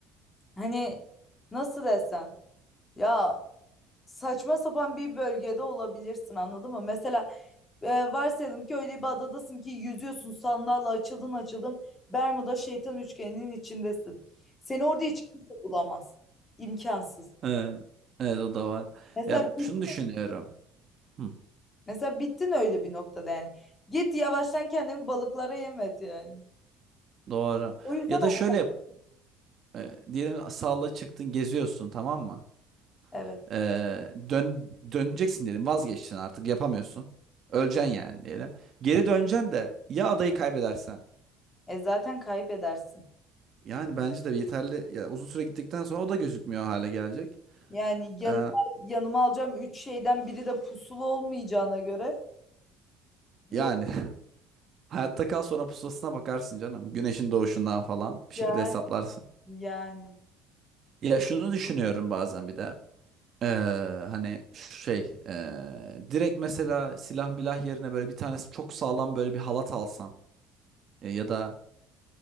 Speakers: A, on the left; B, on the right.
A: Hani nasıl desem ya saçma sapan bir bölgede olabilirsin anladın mı? Mesela e, varsayalım ki öyle bir adadasın ki yüzüyorsun sandalla açıldın açıldın Bermuda şeytan üçgeninin içindesin. Seni orada hiç kimse bulamaz. İmkansız.
B: Evet, evet o da var.
A: Mesela
B: Ya
A: bit,
B: şunu düşünüyorum. Hı,
A: mesela bittin öyle bir noktada yani. Git yavaştan kendini balıklara yem et yani.
B: doğru.
A: O yüzden
B: Ya da
A: o-
B: şöyle yap. Ee, diyelim salla çıktın geziyorsun tamam mı?
A: evet.
B: Ee, dön, döneceksin diyelim vazgeçtin artık yapamıyorsun. Öleceksin yani diyelim. Geri döneceksin de ya adayı kaybedersen.
A: E zaten kaybedersin.
B: Yani bence de yeterli ya uzun süre gittikten sonra o da gözükmüyor hale gelecek.
A: Yani yanıma
B: Ee,
A: yanıma alacağım üç şeyden biri de pusulu olmayacağına göre Yok
B: yani <laughs> hayatta kal sonra pusulasına bakarsın canım. Güneşin doğuşundan falan bir
A: yani,
B: şekilde hesaplarsın.
A: yani
B: Ya şunu düşünüyorum bazen bir de. Ee, hani şey ee, direkt mesela silah milah yerine böyle bir tanesi çok sağlam böyle bir halat alsan E, ya da